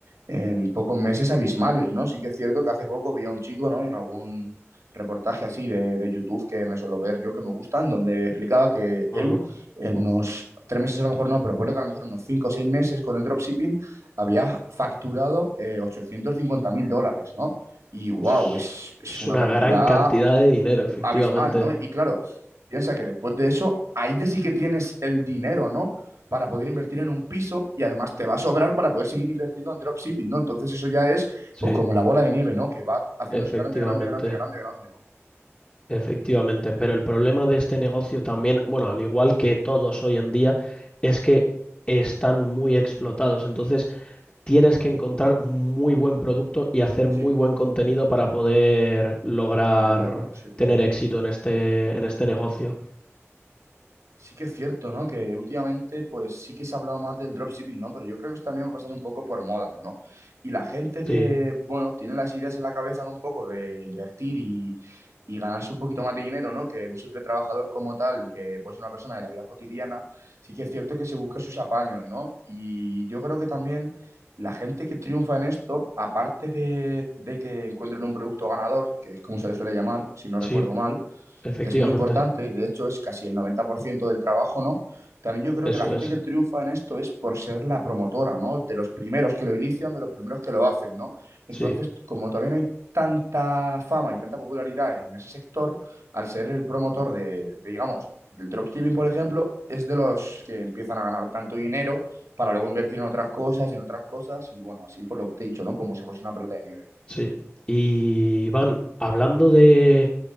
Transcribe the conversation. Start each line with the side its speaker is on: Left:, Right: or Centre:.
Right: en pocos meses abismales, ¿no? Sí que es cierto que hace poco vi a un chico, ¿no? En algún reportaje así de, de YouTube que me suelo ver yo, que me gustan, donde explicaba que
Left: Ajá.
Right: él en unos tres meses a lo mejor no, pero ponle que a lo mejor en unos cinco o seis meses con el dropshipping había facturado eh, ochocientos cincuenta mil dólares, ¿no? Y wow,
Left: Es
Right: es, es
Left: es
Right: una
Left: una
Right: cantidad
Left: gran cantidad de dinero, efectivamente.
Right: abismal, ¿no? Y claro, piensa que después de eso, ahí ya sí que tienes el dinero, ¿no? Para poder invertir en un piso y además te va a sobrar para poder seguir invirtiendo en dropshipping, ¿no? Entonces eso ya es
Left: Sí,
Right: pues como la bola de nieve, ¿no? Que va haciéndose
Left: efectivamente.
Right: grande, grande, grande, grande, grande, ¿no?
Left: Efectivamente, pero el problema de este negocio también, bueno, al igual que todos hoy en día, es que están muy explotados. Entonces, tienes que encontrar un muy buen producto y hacer muy
Right: Sí,
Left: buen contenido para poder lograr
Right: venderlo, sí.
Left: tener éxito en este, en este negocio.
Right: Sí que es cierto, ¿no? Que últimamente, pues sí que se ha hablado más del dropshipping, ¿no? Pero yo creo que eso también va a pasar un poco por moda, ¿no? Y la gente
Left: Sí,
Right: que, bueno, tiene las ideas en la cabeza, ¿no? Un poco de invertir y, y ganarse un poquito más de dinero, ¿no? Que un simple trabajador como tal, que puede ser una persona de la vida cotidiana, sí que es cierto que se busca sus apaños, ¿no? Y yo creo que también la gente que triunfa en esto, aparte de, de que encuentren un producto ganador, que es como se le suele llamar, si no recuerdo
Left: sí,
Right: mal,
Left: efectivamente.
Right: que es muy importante, de hecho es casi el 90% del trabajo, ¿no? También yo creo
Left: Eso
Right: que la gente
Left: es.
Right: que triunfa en esto es por ser la promotora, ¿no? De los primeros que lo inician, de los primeros que lo hacen, ¿no? Entonces,
Left: Sí,
Right: como todavía no hay tanta fama y tanta popularidad en ese sector, al ser el promotor de, de, digamos, del dropshipping, por ejemplo, es de los que empiezan a ganar tanto dinero para luego invertir en otras cosas, en otras cosas, y bueno, así por lo que te he dicho, ¿no? Como si fuese una pelota de nieve.
Left: sí. Y Iván, hablando de,